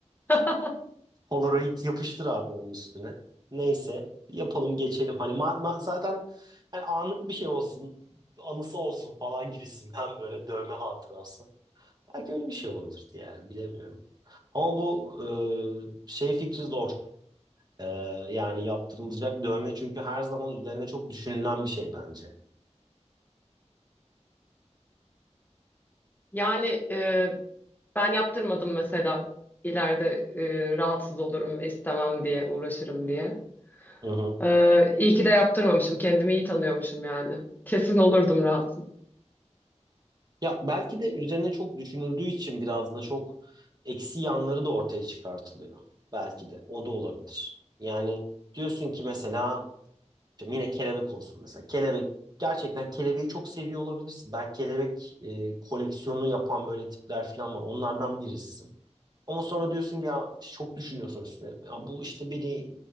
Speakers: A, on the left; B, on the right.
A: <laughs>
B: Polaroid yapıştır abi onun üstüne. Neyse yapalım geçelim. Hani ma- ma- zaten hani anlık bir şey olsun, anısı olsun falan gibisinden böyle dövme hatırası. Belki öyle bir şey olabilirdi yani bilemiyorum. Ama bu e, şey fikri zor. E, yani yaptırılacak dövme çünkü her zaman üzerine çok düşünülen bir şey bence.
A: Yani e, ben yaptırmadım mesela. İleride e, rahatsız olurum ve istemem diye uğraşırım diye.
B: Hı hı.
A: Ee, iyi ki de yaptırmamışım. Kendimi iyi tanıyormuşum yani. Kesin olurdum rahatsız.
B: Ya belki de üzerine çok düşünüldüğü için biraz da çok eksi yanları da ortaya çıkartılıyor. Belki de o da olabilir. Yani diyorsun ki mesela işte yine kelebek olsun mesela. Kelebek gerçekten kelebeği çok seviyor olabilirsin. Belki kelebek e, koleksiyonu yapan böyle tipler falan var. Onlardan birisin. Ama sonra diyorsun ki, ya işte çok düşünüyorsun üstüne. Ya bu işte beni